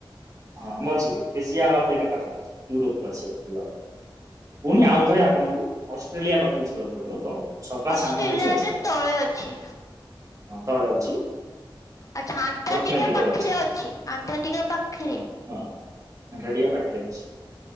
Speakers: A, on the right (about 40°); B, on the left (about 40°).
A: ହଁ, ମଝିରେ, ଏସିଆ ଆଉ ଆଫ୍ରିକା ପାଖପାଖି ୟୁରୋପ କୁ ଆସିବାକୁ ପଡିବ ଆପଣଙ୍କୁ। ପୁଣି ଆଉଥରେ ଆପଣଙ୍କୁ ଅଷ୍ଟ୍ରେଲିଆ ପାଖକୁ ଯିବାକୁ ପଡିବ ତଳୁ, ସବା
B: ଅଷ୍ଟ୍ରେଲିଆରେ
A: ସାନ ହଉଛି ଅଷ୍ଟ୍ରେଲିଆ।
B: ତଳେ ଅଛି
A: ହଁ ତଳେ ଅଛି।
B: ଆଚ୍ଛା ଆଣ୍ଟାର୍କଟିକା
A: ଦକ୍ଷିଣ ଦିଗରେ
B: ପାଖିରେ ଅଛି, ଆଣ୍ଟାର୍କଟିକା ପାଖିରେ
A: ହଁ ଆଣ୍ଟାର୍କଟିକା ପାଖରେ ଅଛି।